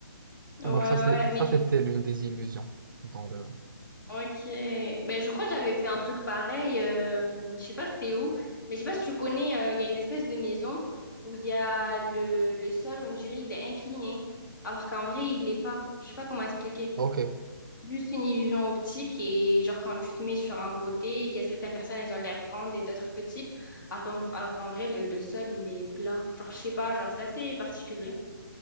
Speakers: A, on the left; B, on the right.
A: Ouais,
B: Donc
A: ouais,
B: ça, c'est,
A: mais
B: ça, c'était
A: je-
B: l'une des illusions dans le...
A: ok. Ben, je crois que j'avais fait un truc pareil. euh, je sais pas c'était où, mais je sais pas si tu connais, euh, il y a une espèce de maison où il y a le, le sol, on dirait, il est incliné. Alors qu'en vrai, il l'est pas. Je sais pas comment expliquer.
B: Ok,
A: Juste une illusion optique et genre quand tu te mets sur un côté, il y a certaines personnes, elles ont l'air grandes et d'autres petites. Alors qu'en alors qu'en vrai, le, le sol, il est plat. Genre, je sais pas, genre c'est assez particulier.